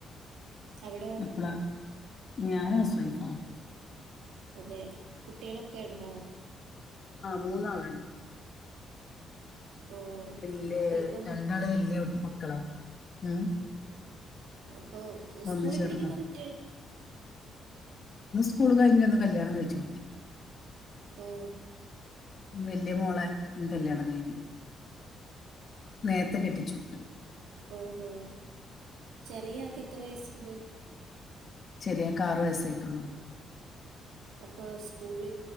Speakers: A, on the right; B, on the left.
A: അവിടോ
B: പ്പള ഞാനാണ് സ്വയ്ഫാ
A: അതെ കുട്ടികളൊക്കെ ഉണ്ടോ
B: മൂന്നാളിണ്ട്
A: ഓ
B: വല്യ
A: അപ്പോൾ ഇപ്പം
B: രണ്ടാള് വല്യ മക്കളാ ഉം
A: അപ്പൊ സ്കൂളിൽ
B: ഒന്ന് ചെറുതാ
A: പഠിക്കുന്ന കുട്ടികൾ
B: സ്ക്കൂള് കൈഞ്ഞ് അന്ന് കല്യാണം കൈച്ചു
A: ഓ
B: വല്യ മോളെ കല്യാണം കൈഞ്ഞ് നേർത്ത കെട്ടിച്ചു
A: ഓഹോ ചെറിയ ആൾക്ക് എത്ര വയസ്സുണ്ട്
B: ചെറിയ ആൾക്ക് ആറ് വയസ്സായിട്ടുള്ളൂ
A: അപ്പൊ സ്കൂളി